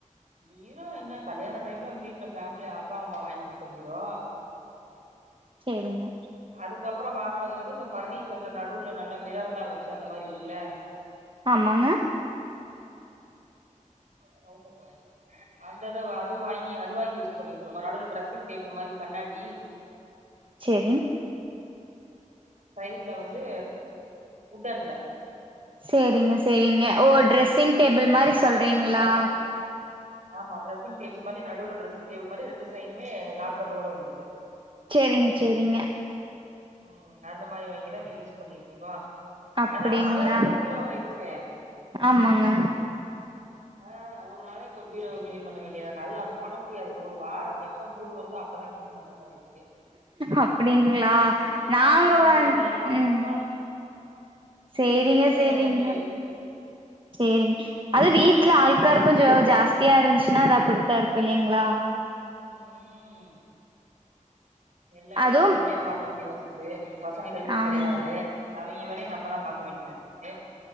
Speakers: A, on the right (about 65°); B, on the right (about 40°).
A: பீரோ என்ன கல்யாண டைம்ல வீட்ல ஃபேமிலி அப்பா அம்மா வாங்குடுத்த பீரோ
B: சேரிங்க
A: அதுக்கப்றோ வாங்கனது வந்து இந்த ஃபர்னிச்சர்ல நடுவுல நல்ல மிரர்லா வச்சி அந்த மாரி இருக்குல்ல
B: ஆமாங்க
A: சவுண்ட கொற அந்தத அது வாங்கி அது வாங்கி யூஸ் பண்ணிட்ருக்கோ நடுவுல டிரெஸ்ஸிங் டேபிள் மாரி கண்ணாடி
B: செரிங்
A: சைட்ல வந்து உட்டன்ல
B: சேரிங்க சேரிங்க ஓ
A: அந்த மாரி
B: டிரெஸ்ஸிங் டேபிள்
A: நீங்க
B: மாரி
A: இப்ப அன்மேரிட்
B: சொல்றீங்களா
A: தான ஆமா டிரெஸ்ஸிங் டேபிள் மாரி நடுவுல டிரெஸ்ஸிடேபிள் மாரி ரெண்டு சைடுமே லாக்க ரோட வந்துருது
B: சேரிங்க சேரிங்க
A: ம் அந்த மாரி வாங்கிதா இப்ப யூஸ் பண்ணிட்ருக்கோ
B: அப்டிங்களா
A: அதா ஆளாளுக்கு ஒரு பீரோவாயிருச்சே
B: ஆமாங்க
A: ஆ ஒரு நாளைக்கு ஒரு பீரோ கிளீன் பண்ண வேண்டியதா அது அப்டி பண்ண முடியாது ஒரு வாரோ எப்ப மூடு வருதோ அப்பதா கிளீன் பண்ற மாரி இருக்கு
B: அப்டிங்ளா
A: டெய்லியா
B: நாங்க
A: பண்ண முடியுது
B: வந்
A: ஆமாப்பா
B: ம் சேரிங்க
A: டெய்லி எல்லா
B: சேரிங்க
A: பண்ண முடியாது
B: சேரி அது வீட்ல அழுக்காருக்குஞ்சோ
A: ம்
B: ஜாஸ் த்தியா இருன்சின்னா அது அப்படித்தா இருக்கு இல்லைங்ளா
A: உம் உம் எல்லா வேலையு
B: அதுவும்
A: நம்மளே பாக்க வேண்டியதா இருக்குது பசங்க ஹெல்ப்பு
B: ஆமா
A: கிடையாது அவிங்க வேலையு நம்மதா பாக்க வேண்டியதா இருக்குது